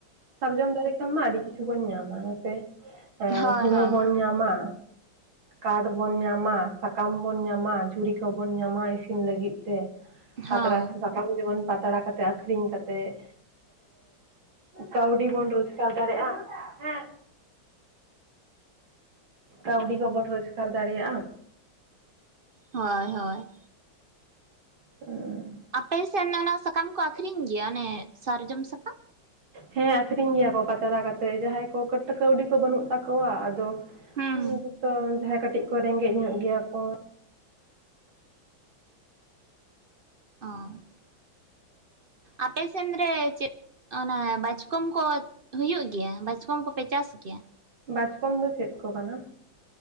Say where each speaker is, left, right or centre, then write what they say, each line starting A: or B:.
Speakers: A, on the right (about 85°); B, on the right (about 55°).
A: ᱥᱟᱨᱡᱚᱢ ᱫᱟᱨᱮ ᱠᱷᱟᱱ ᱢᱟ ᱟᱹᱰᱤ ᱠᱤᱪᱷᱩ ᱵᱚᱱ ᱧᱟᱢᱟ ᱱᱚᱛᱮ
B: ᱦᱳᱭ
A: ᱫᱷᱩᱲᱟᱹ
B: ᱦᱳᱭ
A: ᱵᱚᱱ ᱧᱟᱢᱟ ᱠᱟᱴ ᱵᱚᱱ ᱧᱟᱢᱟ ᱥᱟᱠᱟᱢ ᱵᱚᱱ ᱧᱟᱢᱟ ᱡᱷᱩᱨᱤ ᱵᱚᱱ ᱧᱟᱢᱟ ᱤᱥᱤᱱ ᱞᱟᱹᱜᱤᱫ ᱛᱮ ᱯᱟᱛᱲᱟ
B: ᱦᱚᱸ
A: ᱥᱟᱠᱟᱢ ᱡᱮᱢᱚᱱ ᱯᱟᱛᱲᱟ ᱠᱟᱛᱮ ᱟᱠᱷᱨᱤᱧ ᱠᱟᱛᱮᱫ ᱠᱟᱹᱣᱰᱤ ᱵᱚᱱ ᱨᱳᱡᱽᱜᱟᱨ ᱫᱟᱲᱮᱭᱟᱜᱼᱟ ᱠᱟᱹᱣᱰᱤ ᱠᱚᱵᱚᱱ ᱨᱳᱡᱽᱜᱟᱨ ᱫᱟᱲᱮᱭᱟᱜᱼᱟ
B: ᱦᱳᱭ ᱦᱳᱭ
A: ᱦ <unintelligible>
B: ᱟᱯᱮ ᱥᱮᱫ ᱫᱚ ᱚᱱᱟ ᱥᱟᱠᱟᱢ ᱠᱚ ᱟᱠᱷᱨᱤᱧ ᱜᱮᱭᱟ ᱚᱱᱮ ᱥᱟᱨᱡᱚᱢ ᱥᱟᱠᱟᱢ
A: ᱦᱮᱸ ᱟᱠᱷᱨᱤᱧ ᱜᱮᱭᱟ ᱠᱚ ᱯᱟᱛᱲᱟ ᱠᱟᱛᱮᱜ ᱡᱟᱦᱟᱸᱭ ᱠᱚ ᱠᱟᱹᱣᱰᱤ ᱠᱚ ᱵᱟᱹᱱᱩᱜ ᱛᱟᱠᱚᱣᱟ ᱟᱫᱚ
B: ᱦᱩᱸ
A: ᱠᱩᱛᱚ ᱡᱟᱦᱟᱸᱭ ᱠᱟᱹᱴᱤᱡ ᱠᱚ ᱨᱮᱸᱜᱮᱡ ᱧᱚᱜ ᱜᱮᱭᱟ ᱠᱚ
B: ᱚ ᱟᱯᱮᱥᱮᱫ ᱨᱮ ᱪᱮᱫ ᱚᱱᱟ ᱵᱟᱪᱠᱚᱢ ᱠᱚ ᱦᱩᱭᱩᱜ ᱜᱮᱭᱟ ᱠᱚᱢ ᱠᱚᱯᱮ ᱪᱟᱥ ᱜᱮᱭᱟ
A: ᱵᱟᱪᱠᱚᱢ ᱫᱚ ᱪᱮᱫ ᱠᱚ ᱠᱟᱱᱟ